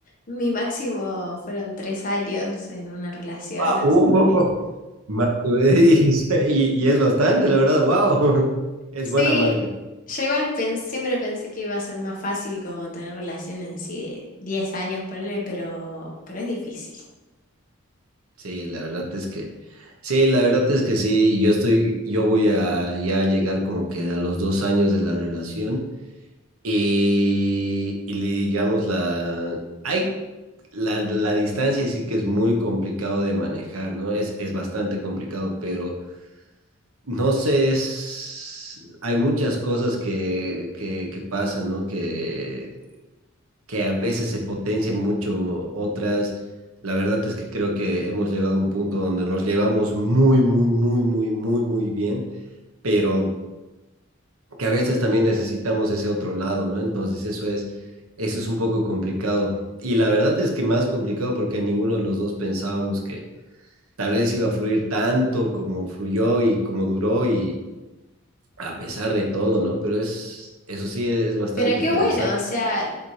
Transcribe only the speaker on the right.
Ah,
uh, Ma- <laughs> Y, y es bastante, la verdad, wow, <laughs> es
buena marca.
Sí, la verdad es que, sí, la verdad es que sí, yo estoy, yo voy a ya llegar como que a los dos años de la relación y, y digamos la, hay la, la distancia sí que es muy complicado de manejar, ¿no? Es, es bastante complicado, pero no sé, es, hay muchas cosas que, que, que pasan, ¿no? Que, que a veces se potencian mucho otras. La verdad es que creo que hemos llegado a un punto donde nos llevamos muy, muy, muy, muy, muy, muy bien, pero que a veces también necesitamos ese otro lado, ¿no? Entonces eso es, eso es un poco complicado. Y la verdad es que más complicado porque ninguno de los dos pensábamos que tal vez iba a fluir tanto como fluyó y como duró y a pesar de todo, ¿no? Pero es, eso sí es, es bastante
interesante.